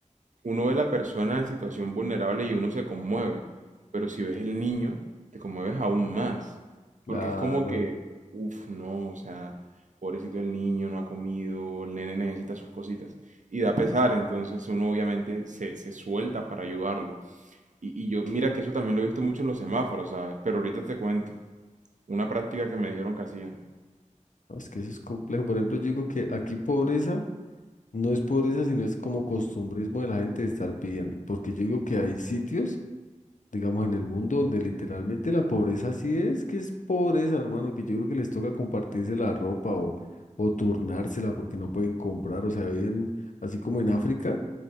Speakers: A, on the right (about 70°); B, on the left (about 75°).
A: uno ve a la persona en situación vulnerable y uno se conmueve, pero si ves el niño, te conmueves aún más,
B: Claro.
A: porque es como que, uff, no, o sea, pobrecito el niño, no ha comido, el nene necesita sus cositas, y da pesar, entonces uno obviamente se, se suelta para ayudarlo. Y, y yo, mira que eso también lo he visto mucho en los semáforos, ¿sabes? Pero ahorita te cuento, una práctica que me dijeron que hacían.
B: No, es que eso es complejo. Por ejemplo, yo digo que aquí pobreza no es pobreza, sino es como costumbrismo de la gente de estar pidiendo. Porque yo digo que hay sitios. digamos, en el mundo donde literalmente la pobreza sí es, que es pobreza, hermano, que yo creo que les toca compartirse la ropa o, o turnársela porque no pueden comprar, o sea, viven así como en África,